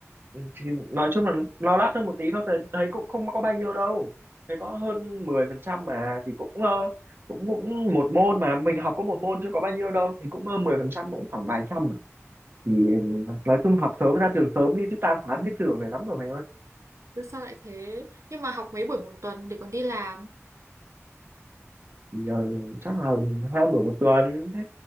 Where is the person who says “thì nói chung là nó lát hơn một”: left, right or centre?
Right